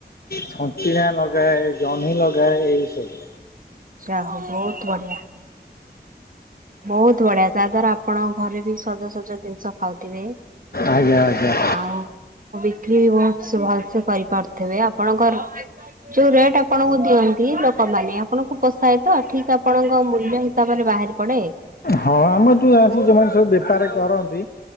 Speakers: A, on the left; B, on the right.
A: ଛଞ୍ଚିଣା ଲଗାଏ ଜହ୍ନି ଲଗାଏ ଏହିସବୁ।
B: ଯା ହଉ ବହୁତ୍ ବଢିଆ। ବହୁତ ବଢିଆ ତା ଦ୍ଵାରା ଆପଣଙ୍କ ଘରେ ବି ସଜ ସଜ ଦିନିଷ ଖାଉଥିବେ
A: ଆଜ୍ଞା ଆଜ୍ଞା।
B: ଆଉ ଆଉ ବିକ୍ରି ବି ବହୁତ ଭଲ ସେ କରି କରୁଥିବେ ଆପଣଙ୍କର ଯୋଉ ରେଟ୍ ଆପଣଙ୍କୁ ଦିଅନ୍ତି ଲୋକମାନେ ଆପଣଙ୍କୁ ପୋସାଏ ତ ଠିକ୍ ଆପଣଙ୍କ ମୂଲ୍ୟ ହିସାବରେ ବାହାରି ପଡେ?
A: ହଁ ଆମ ଦୁଆ ଆସିକି ଯୋଉମାନେ ସବୁ ବେପାରୀ କରନ୍ତି